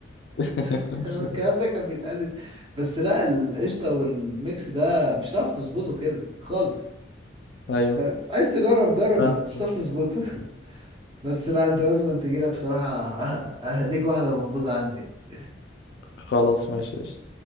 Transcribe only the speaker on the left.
<laughs>
ايوه
فاهمك
خلاص ماشي